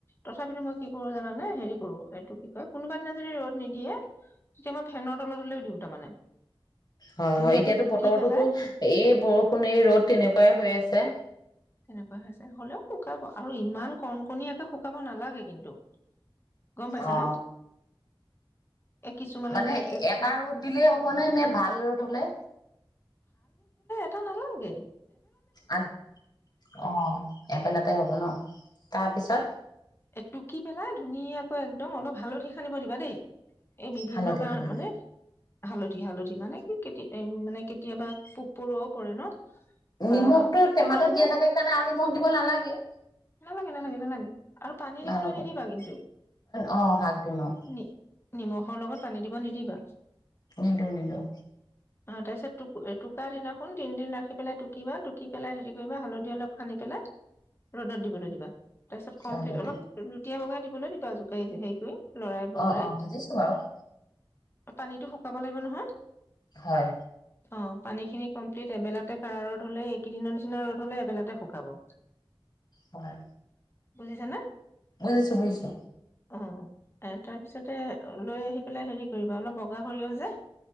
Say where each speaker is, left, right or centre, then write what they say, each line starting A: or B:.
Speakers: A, on the left; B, on the left.
A: তথাপিতো মই কি কৰো জানানে? হেৰি কৰো, এইটো কি কয়, কোনোবা দিনা যদি ৰ'দ নিদিয়ে, তেতিয়া মই ফেনৰ তলত হলেও দিওঁ তাৰমানে।
B: হয়,
A: ধুনীয়াকৈ
B: হয়, এতিয়াতো
A: টুকি
B: বতৰতোতো
A: পেলাই
B: এই বৰষুণ এই ৰ'দ তেনেকুৱাই হৈ আছে।
A: তেনেকুৱা হৈছে হলেও শুকাব আৰু ইমান কণ কণীয়াকে শুকাব নালাগে কিন্তু। গম পাইছানে।
B: অ
A: এ কিছুমানে
B: মানে
A: যে একে
B: এটা
A: খুব
B: ৰ'দ দিলেই হ'বনে, নে ভাল ৰ'দ হ'লে?
A: ত' নলওঁগে।
B: আন অ'। এবেলাতে হ'ব ন', তাৰপিছত?
A: টুকি পেলাই ধুনীয়াকৈ একদম, অলপ হালধি সানিব দিবা দেই। এই বিভিন্ন
B: হালধি
A: কাৰ
B: সানি
A: মানে হালধি, হালধি, মানে কি, কেতি-উম মানে কেতিয়াবা পোক পৰুৱাও পৰে ন'। বা
B: নিমখটো
A: পোক
B: টেমাতোত
A: পতংগ
B: দিয়া থাকে কাৰণে, আৰু নিমখ দিব নালাগে।
A: নালাগে নালাগে নালাগে আৰু পানী দিবলৈ
B: নালাগে
A: নিদিবা কিন্তু,
B: অ শাক দিম আৰু
A: নি-নিমখৰ লগত পানি দিব নিদিবা।
B: নিদিওঁ নিদিওঁ।
A: অ', তাৰপিছত টু-টুকাৰ দিনাখন তিনদিন ৰাখি পেলাই টুকিবা, টুকি পেলাই হেৰি কৰিবা হালধি অলপ সানি পেলাই, ৰ'দত দিবলৈ দিবা। কমপ্লিট
B: হালধি
A: অলপ <unintelligible> তেওঁলোকে দিবলে দিবা জোকাৰি হেৰি কৰি। লৰাই বগৰাই
B: অ, অ' বুজিছো বাৰু।
A: পানীটো শুকাব লাগিব নহয়?
B: হয়।
A: অ', পানীখিনি কমপ্লিট এবেলাতে কাৰা ৰ'দ হ'লে এইকেইদিনৰ নিচিনা ৰ'দ হ'লে এবেলাতে শুকাব।
B: হয়।
A: শুনিছা নে?
B: বুজিছো, বুজিছো।
A: অ' এ তাৰপিছতে লৈ আহি পেলাই হেৰি কৰিবা অলপ বগা সৰিয়হ যে